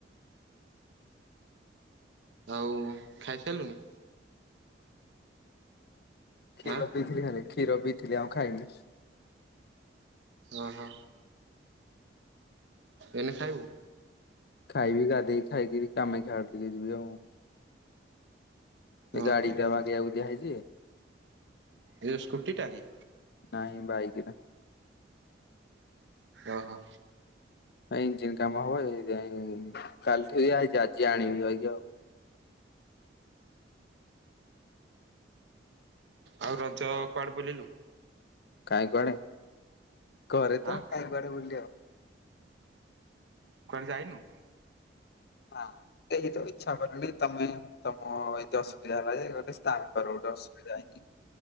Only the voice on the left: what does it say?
କ୍ଷୀର
ପିଇଥିଲି ଖାଲି, କ୍ଷୀର ପିଇଥିଲି, ଆଉ ଖାଇନି କିଛି।
ଖାଇବି, ଗାଧେଇକି ଖାଇକରି କାମାକ୍ଷା ଆଡେ଼ ଟିକେ ଯିବି ଆଉ।
ଗାଡି ଟା ବାଗେଇବାକୁ ଦିଆହେଇଛି।
ନାଇଁ ବାଇକ ଟ।
ଇଞ୍ଜିିନ କାମ ହବ, ଏଥିପାଇଁ କାଲିଠୁ ଦିଆହେଇଛି ଆଜି ଆଣିବି ଯାଇକି ଆଉ।
କାହିଁ, କୁଆଡେ, ଘରେ ତ
କାହିଁ, କୁଆଡେ, ବୁଲିଲି ଆଉ।
ନାମ କେହି ତ ଇଚ୍ଛା କଲନି ତମେ, ତମ ଏତେ ଅସୁବିଧା ହେଲା ଯେ ଗୋଟେ ସ୍ନାକର। ଅସୁବିଧା ହେଇକି